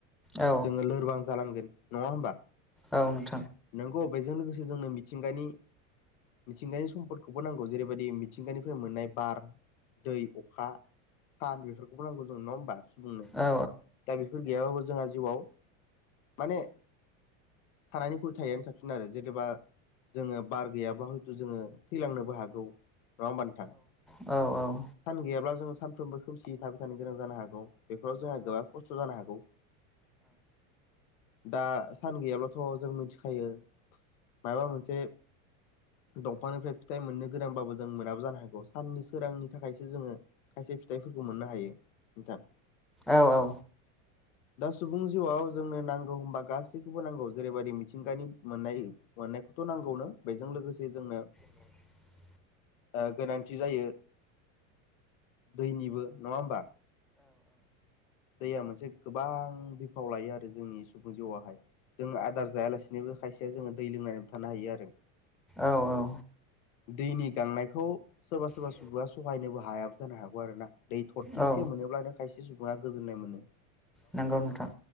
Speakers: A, in the centre; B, on the left (about 75°).
A: औ
B: जोङो लोरबां जालांगोन नङा होमबा
A: औ नोंथां
B: नोंगौ बेजों लोगोसे जोंनो मिथिंगानि मिथिंगानि सम्पदखौबो नांगौ जेरैबायदि मिथिंगानिफ्राय मोननाय बार दै अखा सान बेफोरखौबो नांगौ जों नङा होमबा उम
A: औ
B: दा बेफोर गैयाबाबो जोंहा जिउआव माने थानायनिख्रुय थायैआनो साबसिन आरो जेथुबा जोङो बार गैयाब्ला हयथ' जोङो थैलांनोबो हागौ नङा होमबा नोंथां
A: औ औ
B: सान गैयाब्ला जोङो सानफ्रोमबो खोमसि थाबाय थानो गोनां जानो हागौ बेफोराव जोंहा गोबां खस्थ' जानो हागौ दा सान गैयाब्लाथ' जों मिथिखायो मायाबा मोनसे दंफांनिफ्राय फिथाइ मोननो गोनांबाबो जों मोनाबो जानो हागौ साननि सोरांनि थाखायसो जोङो खायसे फिथाइफोरखौ मोननो हायो नोंथां
A: औ औ
B: दा सुबुं जिउआव जोंनो नांगौ होमबा गासैखौबो नांगौ जेरैबायदि मिथिंगानि मोननाय मोननायखौ थ' नांगौनो बेजों लोगोसे जोंनो
A: <inaudible>
B: ओ गोनांथि जायो दैनिबो नङा होमबा दैया मोनसे गोबां बिफाव लायो आरो जोंनि सुबुं जिउआवहाय जोंङ आदार जायालासिनोबो खायसेया जोङो दै लोंनानैबो थानो हायो आरो
A: औ औ
B: दैनि गांनायखौ सोरबा सोरबा
A: सुबुङा सहायनोबो हाया जानो
B: सुबुंआ सहायनोबो हायाबो जानो हागौ आरो ना दै थरथिंसे
A: हागौ आरो ना। औ
B: मोनोब्लानो खायसे सुबुङा गोजोननाय मोनो
A: नंगौ नोंथां